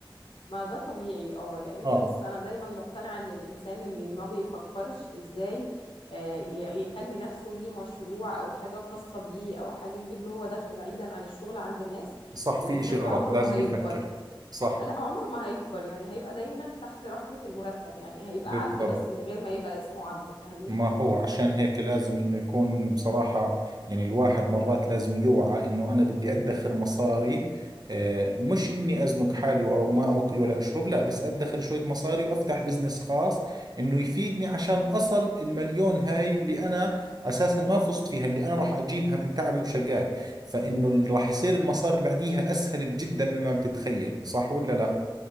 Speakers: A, on the left; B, on the right.
A: ما ده طبيعي اه لان
B: اه
A: بص انا دايما مقتنعه ان الانسان اللي ما بيفكرش ازاي آه، ي- يخلي نفسه ليه مشروع او حاجه خاصه بيه او حاجه تجيب له هو دخل بعيدا عن الشغل عند الناس
B: صح في
A: الانسان
B: اشي غلط
A: ده عمره
B: لازم
A: ما هيكبر
B: يفكر صح
A: لا عمره ما هيكبر يعني هيبقى دايما تحت رحمه المرتب يعني هيبقى
B: بالضبط
A: عبد بس من غير ما يبقى اسمه عبد فاهمني
B: ما هو عشان هيك لازم انه يكون بصراحة يعني الواحد مرات لازم يوعى انه انا بدي ادخر مصاري آه، مش اني ازنق حالي او ما اكل ولا اشرب لا بس ادخر شوية مصاري وافتح بزنس خاص انه يفيدني عشان اصل المليون هاي اللي انا اساسا ما فزت فيها اللي انا راح اجيبها من تعبي وشقاي فانه اللي راح يصير المصاري اللي بعديها اسهل جدا مما بتتخيل صح ولا لا؟